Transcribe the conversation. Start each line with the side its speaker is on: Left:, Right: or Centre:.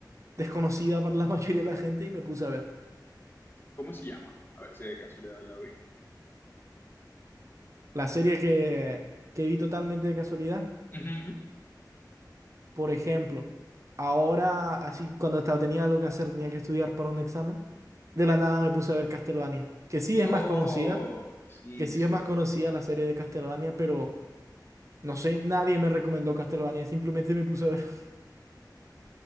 Right: desconocida para la <laughs> mayoría de la gente y me puse a ver.
Left: ¿Cómo se llama? A ver si de casualidad la vi.
Right: La serie que, que vi totalmente de casualidad
Left: Ujú, ujú.
Right: Por ejemplo, ahora, así cuando estaba, tenía algo que hacer, tenía que estudiar para un examen, de la nada me puse a ver Castlevania, que sí es
Left: Oh,
Right: más conocida,
Left: sí,
Right: que sí
Left: sí,
Right: es más conocida la serie de Castlevania, pero no sé, nadie me recomendó Castlevania, simplemente me puse a ver. <laughs>